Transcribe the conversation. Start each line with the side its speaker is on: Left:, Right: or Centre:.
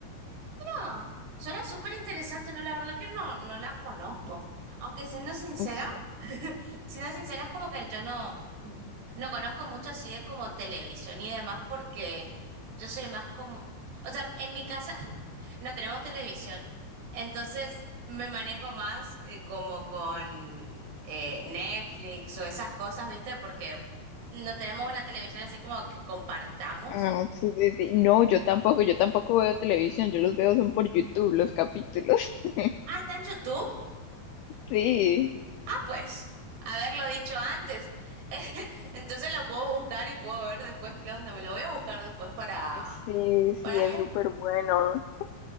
Right: Ah, suena súper interesante, no, la verdad que no, no la conozco. Aunque siendo sincera,
Left: Sí,
Right: <laughs> siendo sincera es como que yo no, no conozco mucho así de como televisión y demás porque yo soy más como, o sea, en mi casa <laughs> no tenemos televisión, entonces me manejo más eh, como con eh, Netflix o esas cosas, ¿viste? Porque no tenemos una televisión así como que compartamos.
Left: ah, sí, sí, sí. No, yo tampoco, yo tampoco veo televisión, yo los veo son por YouTube los capítulos. <laughs>
Right: Ah, está en YouTube.
Left: Sí,
Right: Ah, pues, haberlo dicho antes. <laughs> Entonces lo puedo buscar y puedo ver después qué onda. Me lo voy a buscar después para,
Left: Sí, sí,
Right: para ver.
Left: es súper
Right: <laughs>
Left: bueno.